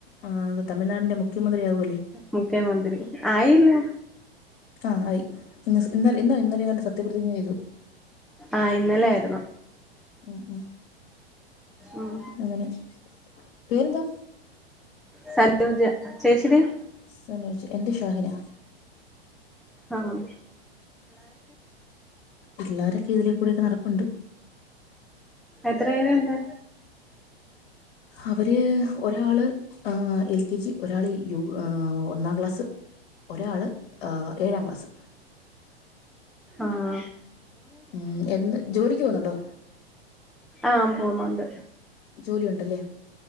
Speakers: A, on the left; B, in the centre.
A: ആഹ് എന്ത് തമിഴ്നാടിന്റെ മുഖ്യമന്ത്രി ആകുവല്ലേ.
B: മുഖ്യമന്ത്രി ആയില്ലോ.
A: ആഹ് ആയി ഇന്ന് സ ഇന്നോ ഇന്നലേങ്ങാണ്ട് സത്യപ്രതിജ്ഞ ചെയ്തു
B: ആഹ് ഇന്നലേയിരുന്നു
A: ഉം ഉം
B: ഉം
A: അങ്ങനെ പേരെന്താ
B: സനൂജ ചേച്ചിടെയോ
A: സനൂജ എന്റെ ഷാഹിന
B: ആഹ്
A: പിള്ളാരൊക്കെ ഇതിലേക്കൂടെക്കെ നടപ്പിണ്ട്
B: എത്രപേരെണ്ട്
A: അവര് ഒരാള് ആഹ് എൽ കെ ജി ഒരാള് യു ഏഹ് ഒന്നാം ക്ലാസ് ഒരാള് എഹ് ഏഴാം ക്ലാസ്സ്
B: ആഹ്
A: ഉം എന്ന് ജോലിക്ക് പോന്നുണ്ടോ
B: ആഹ് പോന്നൊണ്ട്
A: ജോലി ഒണ്ടല്ലേ